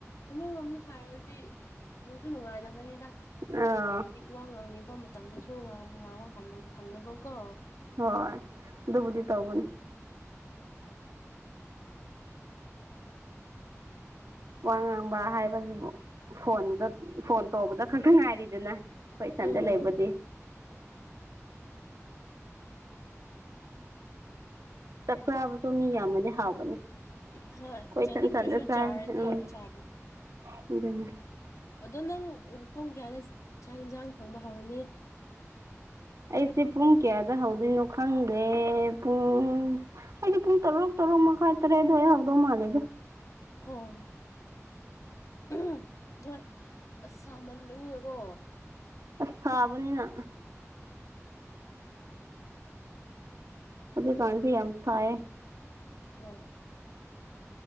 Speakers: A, on the left; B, on the right.
A: ꯑꯃꯔꯣꯝꯗ ꯁꯥꯔꯗꯤ ꯅꯅꯨꯡꯁꯨ ꯅꯨꯡꯉꯥꯏꯗꯕꯅꯤꯅ
B: ꯑꯥ
A: ꯍꯥꯏꯕꯗꯤ ꯋꯥ ꯉꯥꯡꯅꯤꯡꯕ ꯃꯇꯝꯗꯁꯨꯥꯡ ꯉꯥꯡꯕ ꯄꯥꯝꯗꯧ ꯐꯪꯗꯕꯀꯣ
B: ꯍꯣꯏ ꯑꯗꯨꯕꯨꯗꯤ ꯇꯧꯕꯅꯤ ꯋꯥ ꯉꯥꯡꯕ ꯍꯥꯏꯕꯕꯁꯤꯕꯨ ꯐꯣꯟꯗ ꯐꯣꯟ ꯇꯧꯕꯗ ꯈꯛꯇꯪ ꯉꯥꯏꯔꯤꯗꯅ ꯑꯩꯈꯣꯏ ꯏꯊꯟꯗ
A: ꯎꯝ
B: ꯂꯩꯕꯗꯤ꯫ ꯆꯥꯛ ꯆꯥꯕꯁꯨ ꯃꯤ ꯌꯥꯝꯃꯗꯤ ꯍꯥꯎꯕꯅꯦ꯫
A: ꯍꯣꯏ
B: ꯑꯩꯈꯣꯏ
A: ꯆꯥꯅꯤꯡꯗ꯭ꯔꯁꯨ
B: ꯏꯊꯟ ꯏꯊꯟꯗ
A: ꯆꯥꯔꯗꯤ
B: ꯎꯝ
A: ꯌꯥꯝ ꯆꯥꯕꯠ
B: ꯑꯗꯨꯅꯤ
A: ꯑꯗꯣ ꯅꯪ ꯄꯨꯡ ꯀꯌꯥꯗ ꯆꯥꯛ ꯌꯦꯟꯁꯥꯡ ꯊꯣꯡꯕ ꯍꯧꯔꯅꯤ
B: ꯑꯩꯁꯦ ꯄꯨꯡ ꯀꯌꯥꯗ ꯍꯧꯗꯣꯏꯅꯣ ꯈꯪꯗꯦ ꯄꯨꯡ ꯑꯩꯁꯦ ꯄꯨꯡ ꯇꯔꯨꯛ ꯇꯔꯨꯛ ꯃꯈꯥꯏ ꯇꯔꯦꯠ ꯑꯗꯨꯋꯥ ꯑꯩ ꯍꯧꯔꯗꯧ ꯃꯥꯜꯂꯤꯗꯦ
A: ꯑꯣ ꯎꯝ ꯍꯣꯏ ꯑꯁ ꯁꯥꯃꯟꯕꯅꯤꯅꯦꯀꯣ꯫
B: ꯑꯁ ꯁꯥꯕꯅꯤꯅ ꯑꯗꯨꯗꯤ ꯇꯁꯤ ꯌꯥꯝꯁꯑ
A: ꯑꯣ ꯍꯣ